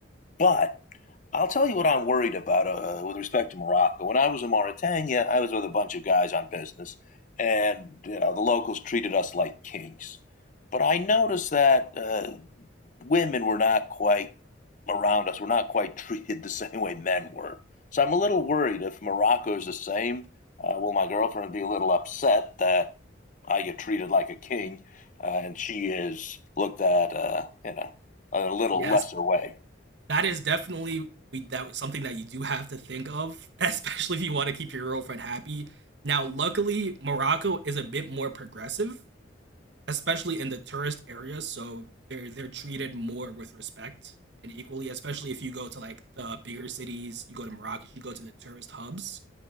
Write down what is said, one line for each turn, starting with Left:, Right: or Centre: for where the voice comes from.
Left: But I'll tell you what I'm worried about uh, with respect to Morocco. When I was in Mauritania, I was with a bunch of guys on business, and you know, the locals treated us like kings. But I noticed that uh, women were not quite around us, were not quite <laughs> treated the same way men were. So I'm a little worried if Morocco is the same, uh, will my girlfriend be a little upset that I get treated like a king uh, and she is looked at, uh, you know, in a little
Right: Yes,
Left: lesser way?
Right: that is definitely we that something that you do have to think of, <laughs> especially if you want to keep your girlfriend happy. Now, luckily, Morocco is a bit more progressive especially in the tourist areas, so they're they're treated more with respect and equally, especially if you go to like the bigger cities, you go to Morocco, you go to the tourist hubs.